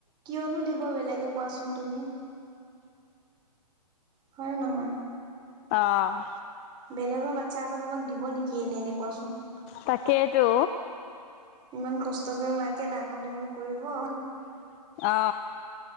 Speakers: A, on the right; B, on the left.
A: কিয়নো দিব বেলেগে কোৱাচোন তুমি হয় ন নহয়
B: অ
A: বেলেগৰ বাচ্ছা এটা তোমাক দিব নেকি এনে এনে কোৱাচোন
B: তাকেইেতো
A: ইমান কষ্টক মাকে ডাঙৰ দীঘল কৰিব
B: অ